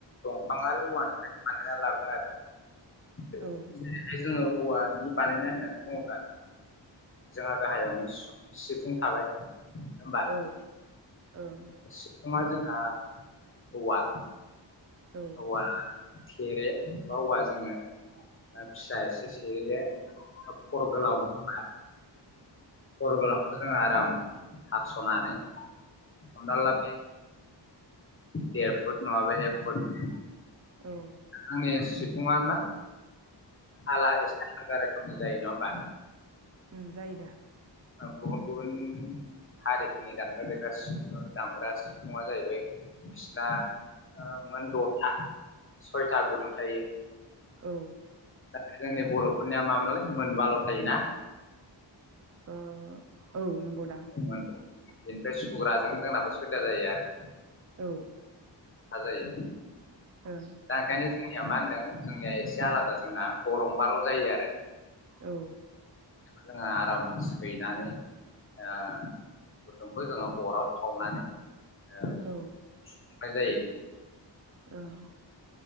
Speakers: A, on the left (about 30°); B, on the right (about 35°).
A: दंफां आरो औवानिफ्रायनो बानायनानै लाबोदों आरो
B: औ
A: हाय जोङो औवानि बानायनाय होननानै बुङोब्ला जोंहा गाहायावनो सिफुं थाबाय नङा होमबा
B: औ ओं
A: सिफुङा जोंहा औवा
B: औ
A: औवा थेरे बा औवा जोङो फिसा एसे सेरैे फर गोलावनो फर' गोलावखौ जोङो आराम हास'नानै हमना ला बे देर फुट नङाब एक फुट
B: औ
A: आंनि सिफुङा मा आाला एसे आलादा रोखोमनि जायो नङा होमबा
B: ओम जायो दा
A: ओ गुबुन गुबुन हारिफोरनि दामग्रा देग्रा दामग्रा सिफुङा जाहैबाय बिसिना ओ मोन दथा सयथा गुदुं थायो
B: औ
A: दा जोंनि बर'फोरनिया माोनलाय मोनबाल' थायोना
B: ओ औ नंगौदां
A: मोन बेनिफ्राय सुग्राजों जोंनाबो सुबिदा जायो आरो
B: औ
A: हाजायो
B: ओं
A: दा ओंखायनो जोंनिया मा होनदों जोंनिया एसे आलादा जोंना गरं बाल' जायो आरो
B: औ
A: दा बेखौ जों आराम सै नानै ओ गुदुंखौ जोङो अराव सावनानै ओ
B: औ
A: <unintelligible> जायो
B: ओं